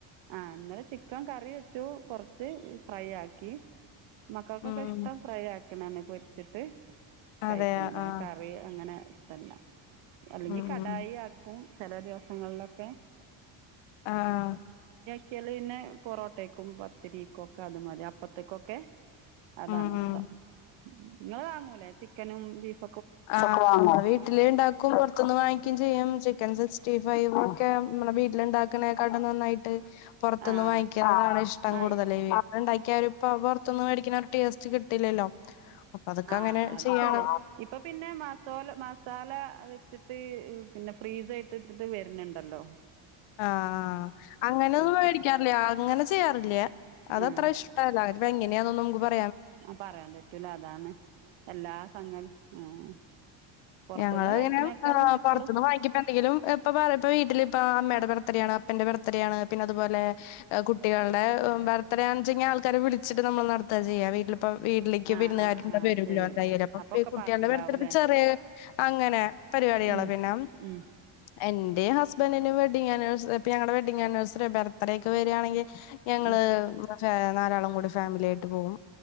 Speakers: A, on the right (about 70°); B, on the left (about 70°).
A: ആഹ ഇന്നലെ ചിക്കൻ കറി വെച്ചു കൊറച്ച് ഫ്രൈ ആക്കി മക്കൾക്കൊക്കെ
B: ഉം
A: ഇഷ്ടം ഫ്രൈ ആക്കണന്ന് പൊരിച്ചിട്ട് കഴിക്കുന്നതാണ്
B: അതെ ആഹ്
A: കറി അങ്ങനെ ഇഷ്ടല്ല അല്ലെങ്കിൽ
B: ഉം
A: കടായി
B: ഉം
A: ആക്കും ചില ദിവസങ്ങളിലൊക്കെ
B: ആഹ
A: ക്കല് പിന്നെ പൊറോട്ടേക്കും പത്തിരിക്കും ഒക്കെ അത് മതി അപ്പത്ത്ക്കൊക്കെ അതാണ്
B: ഉം
A: ഇഷ്ടം
B: ഉം
A: ഇങ്ങൾ വാങ്ങൂലേ ചിക്കനും ബീഫും
B: ആ വീട്ടില് ഉണ്ടാക്കും പൊറത്തുന്ന് വാങ്ങിക്കയും ചെയ്യും ചിക്കൻ സിക്സ്റ്റി ഫൈവ് ഒക്കെ നമ്മുടെ വീട്ടിലുണ്ടാക്ക്‌ണെക്കാടും നന്നായി പുറത്തുന്ന്
A: ആ
B: വാങ്ങിക്കാനാണ്
A: ആ
B: ഇഷ്ടം കൂടുതല്.
A: ആയി
B: <unintelligible> ഉണ്ടാക്കിയാലും ഇപ്പൊ പുറത്തുന്ന് മേടിക്കണ ര് ടേസ്റ്റ് കിട്ടില്ലല്ലോ അപ്പൊ അതൊക്കെ
A: ആഹ്
B: അങ്ങനെ
A: അത്
B: ചെയ്യാണ്
A: ശരിയാ ഇപ്പൊ പിന്നെ മസോല മസാല വെച്ചിട്ട് പിന്നെ ഫ്രീസ് ആയിട്ട് ട്ട്ട്ട് വര് ന്ണ്ടല്ലോ
B: ആഹ് അങ്ങനെയൊന്നും
A: ചിക്കൻ
B: വേടിക്കാറില്ല അങ്ങനെ ചെയ്യാറില്ല അത്
A: ആഹ്
B: അത്ര ഇഷ്ടല്ല അത് എങ്ങനെയാന്നൊന്നുംക്ക് പറ
A: ആ പറയാൻ പറ്റൂല അതാണ് എല്ലാ സംഗതി ആഹ് പുറത്തുന്ന്
B: ഞങ്ങള്
A: കഴിക്കണേക്കാളും
B: ഇങ്ങനെ
A: എപ്പളും
B: പുറത്ത്ന്ന് വായിങ്ങിക്കുമ്പോ എന്തെങ്കിലും ഇപ്പ പറയപ്പ വീട്ടില് ഇപ്പ അമ്മടെ ബർ തേടേആണ് അപ്പന്റെ ബർത്ത് ത്ഡേആണ് അപ്പൻ്റെ ബർത്ത്ഡേ ആണ്. പിന്നെ അതുപോലെ കുട്ടികൾടെ ബർത്ത്ഡേയ് ആണ് ച്ചെങ്കിൽ ആള്ക്കാരെ വിളിചിട്ട് നമ്മൾ നടത്താ ചെയ്യ വീട്ടില് പ്പം വീട്ടിലേക്ക്
A: ആഹ്
B: വിരുന്നുകാര്
A: ആഹ് ആഹ്
B: വരുല്ലോ
A: ശരി
B: എന്തായാലും അപ്പഈ
A: അപ്പൊക്കെ
B: കുട്ടികളുടെ
A: പാർസലാവൂല്ലേ
B: ബർത്തഡേയ് ചെറിയ അങ്ങനെ പരിപാടികളാ
A: ഉം
B: പിന്നെ
A: ഉം
B: എൻ്റെ മ് ഹസ്ബന്റിന്റെ വെഡിങ് ആനിവേഴ്സ ഇപ്പ ഞങ്ങളെ വെഡ്ഡിങ് ആനിവേഴ്സറി ബർത്ത്ഡേക്കെ വരാണങ്കിൽ ഞങ്ങള്
A: ഉം
B: ഫേ നാലാളും കൂടി ഫാമിലിആയിട്ട് പോകും